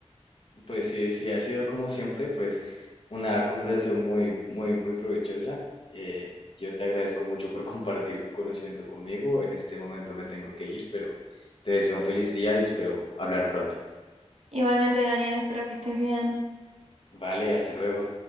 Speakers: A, on the left; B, on the right.
A: Pues sí, sí, ha sido como siempre pues una conversación muy, muy, muy provechosa. Eh, yo te agradezco mucho por compartir tu conocimiento conmigo. En este momento me tengo que ir, pero te deseo un feliz día y espero hablar pronto.
B: Igualmente, Daniel, espero que estés bien.
A: Vale, hasta luego.